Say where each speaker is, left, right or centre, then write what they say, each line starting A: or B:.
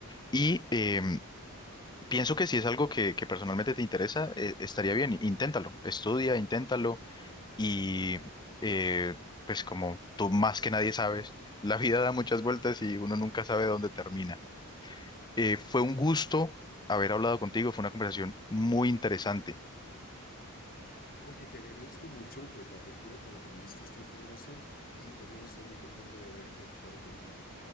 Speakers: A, on the left (about 20°); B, on the left (about 40°).
A: Y em, pienso que si es algo que, que personalmente te interesa, eh, estaría bien. Inténtalo, estudia, inténtalo y eh, pues como tú más que nadie sabes, la vida da muchas vueltas y uno nunca sabe dónde termina. Eh, fue un gusto haber hablado contigo, fue una conversación muy interesante.
B: Oye, te agradezco mucho pues la apertura con la que me diste esta información y también estoy muy contento de haber platicado contigo.